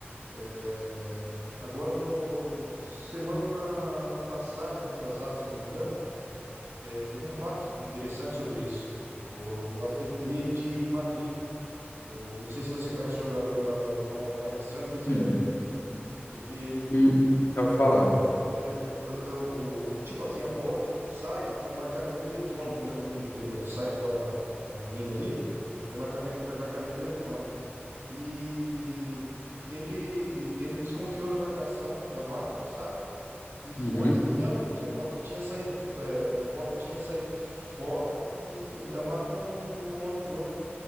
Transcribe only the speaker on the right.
é, agora no semana passada, retrasada, se eu não me engano, é, teve um fato interessante sobre isso, o, no ATP de Madrid. O, não sei se você conhece o jogador lá, o alemão o Alexander Zverev.
Ele
é, é, é, o, o- tipo assim, a bola quando sai é um marcamento eletrônico. Quando ela não, pe- não sai fora da- das linhas ali, tem um marcamento, marcamento eletrônico. E ele, ele desconfiou da marcação da máquina, sabe? E foi,
e realmente a bola tinha saído, é, a bola tinha saído fora e a máquina não, não, não avisou.